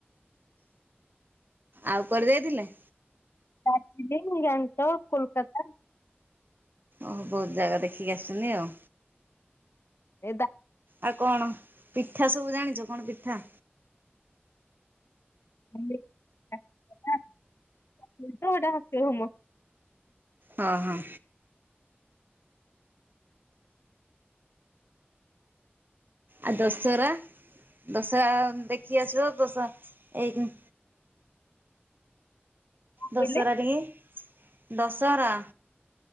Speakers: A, on the right (about 50°); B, on the left (about 75°).
A: ଆଉ କୁଆଡ଼େ ଯାଇଥିଲେ?
B: ଦାର୍ଜିଲିଂ, ଗ୍ୟାଟକ, କୋଲକାତା।
A: ଓ ବହୁତ ଜାଗା ଦେଖିକି ଆସିଚନି ଆଉ।
B: ଏଇ ଦା
A: ଆଉ କଣ? ପିଠା ସବୁ ଜାଣିଚୁ କଣ ପିଠା?
B: <unintelligible>
A: ହଁ ହଁ। ଆ ଦଶହରା ଦଶ ଦେଖି ଆସବାବ ଦଶ ଦଶରା ଏଇ-
B: କହିଲେ
A: ଦଶହରା ଟିକେ ଦଶହରା।